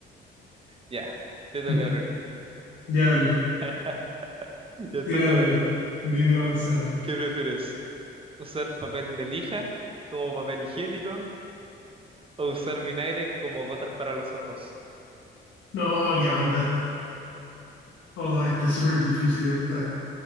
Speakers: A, on the right; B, on the left.
A: Ya, te toca,
B: <laughs>
A: cabrón.
B: Ya dale,
A: <laughs> Ya
B: tíramela.
A: tonta, buena.
B: Vive la manzana.
A: ¿Qué prefieres? ¿Usar papel de lija como papel higiénico o usar vinagre como gotas para los ojos?
B: No, qué onda. Oh, está súper difícil esta.